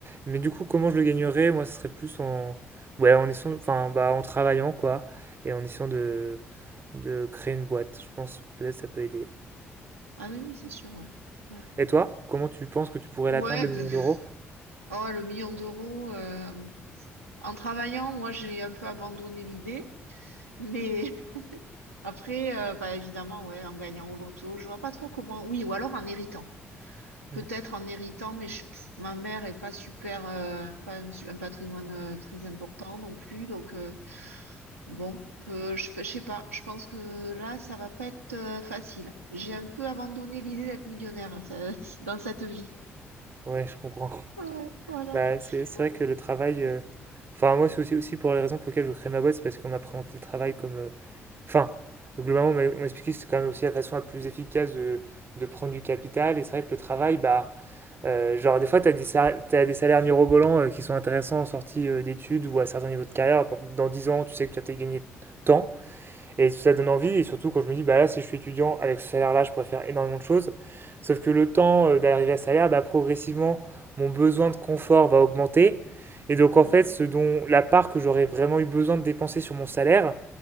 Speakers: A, on the right (about 30°); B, on the right (about 85°).
A: Mais du coup, comment je le gagnerais? Moi, ce serait plus en, ouais, en essayant, enfin, bah, en travaillant, quoi. Et en essayant de, de créer une boîte. Je pense, peut-être, ça peut aider.
B: Ah oui, oui, c'est sûr, ouais. Ouais.
A: Et toi, comment tu penses que tu pourrais
B: Ouais,
A: l'atteindre, le million
B: ben,
A: d'euros?
B: Oh, le million d'euros. euh, En travaillant, moi, j'ai un peu abandonné l'idée. Mais <laughs> après, euh, bah, évidemment, ouais, en gagnant au loto, je vois pas trop comment. Oui, ou alors en héritant. Peut-être
A: Mm.
B: en héritant, mais je- pff, ma mère est pas super, euh, pas un, su- un patrimoine euh, très important non plus. Donc euh, bon, euh, je, je sais pas. Je pense que là, ça va pas être euh, facile. J'ai un peu abandonné l'idée d'être millionnaire hein, ça- <laughs> dans cette vie.
A: Ouais, je comprends.
B: Ouais, voilà.
A: Bah, c'est, c'est
B: Ouais.
A: vrai que le travail, euh, enfin, moi, c'est aussi, aussi pour les raisons pour lesquelles je crée ma boîte, c'est parce qu'on m'a présenté le travail comme, euh, enfin, globalement, on m'a on m'a expliqué que c'est quand même aussi la façon la plus efficace de, de prendre du capital. Et c'est vrai que le travail, bah, Euh, genre, des fois, tu as, as, des salaires mirobolants euh, qui sont intéressants en sortie euh, d'études ou à certains niveaux de carrière. Dans 10 ans, tu sais que tu as peut-être gagné tant. Et ça donne envie, et surtout quand je me dis, bah là, si je suis étudiant, avec ce salaire-là, je pourrais faire énormément de choses. Sauf que le temps euh, d'arriver à ce salaire, bah, progressivement, mon besoin de confort va augmenter. Et donc, en
B: hmm.
A: fait, ce dont la part que j'aurais vraiment eu besoin de dépenser sur mon salaire,